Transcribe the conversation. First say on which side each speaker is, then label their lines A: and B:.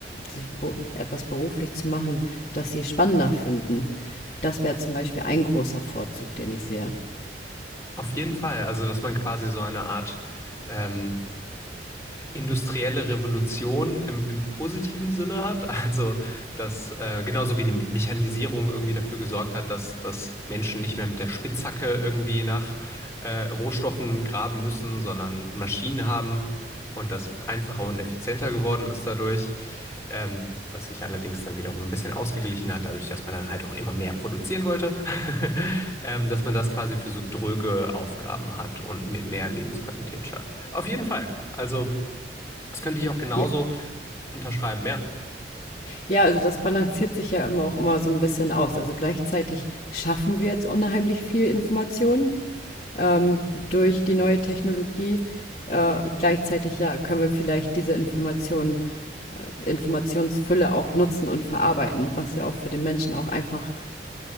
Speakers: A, on the left; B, on the left.
A: sich be etwas beruflich zu machen, das sie spannender finden. Das wäre zum Beispiel ein großer Vorzug, den ich sehe.
B: Auf jeden Fall, also dass man quasi so eine Art ähm, industrielle Revolution im, im positiven Sinne hat. <laughs> Also, dass äh, genauso wie die Me- Mechanisierung irgendwie dafür gesorgt hat, dass, dass Menschen nicht mehr mit der Spitzhacke irgendwie nach äh, Rohstoffen graben müssen, sondern Maschinen haben und das einfacher und effizienter geworden ist dadurch. Ähm, was sich allerdings dann wiederum ein bisschen ausgeglichen hat, dadurch, dass man dann halt auch immer mehr produzieren wollte, <laughs> ähm, dass man das quasi für so dröge Aufgaben hat und mit mehr Lebensqualität schafft. Auf jeden Fall. Also das könnte ich auch genauso
A: Ja,
B: unterschreiben. Ja,
A: ja, also das balanciert sich ja immer auch immer so ein bisschen aus. Also gleichzeitig schaffen wir jetzt unheimlich viel Information ähm, durch die neue Technologie. Äh, gleichzeitig ja, können wir vielleicht diese Informationen Informationsfülle auch nutzen und verarbeiten, was ja auch für den Menschen auch einfach